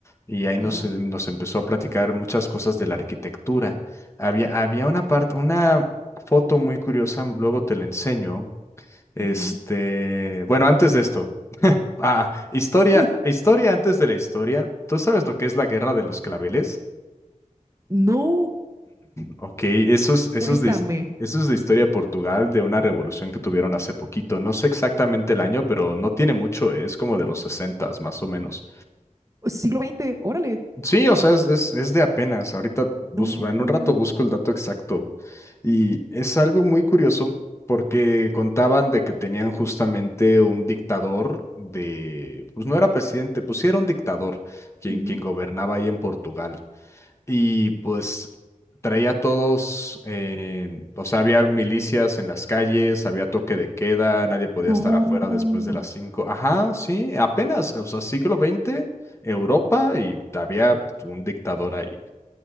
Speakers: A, on the left (about 20°); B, on the right (about 25°).
A: y ahí
B: Ajá.
A: nos, eh, nos empezó a platicar muchas cosas de la arquitectura. Había, había una parte, una foto muy curiosa, luego te la enseño. Este,
B: ujú.
A: bueno, antes de esto, ah, ah, historia,
B: <laughs>
A: historia antes de la historia. ¿Tú sabes lo que es la Guerra de los Claveles?
B: No,
A: Ok, esos, esos
B: cuéntame.
A: de, his- esos de historia de Portugal, de una revolución que tuvieron hace poquito. No sé exactamente el año, pero no tiene mucho, eh, es como de los sesentas, más o menos.
B: Siglo XX, órale.
A: Sí, o sea, es, es, es de apenas. Ahorita busco,
B: No,
A: en un rato busco el dato exacto. Y es algo muy curioso porque contaban de que tenían justamente un dictador de, pues no era presidente, pues sí era un dictador quien,
B: Ujú.
A: quien gobernaba ahí en Portugal y pues traía a todos, eh, o sea, había milicias en las calles, había toque de queda, nadie podía
B: no.
A: estar afuera después de las cinco Ajá, sí, apenas, o sea, siglo veinte Europa y había un dictador ahí.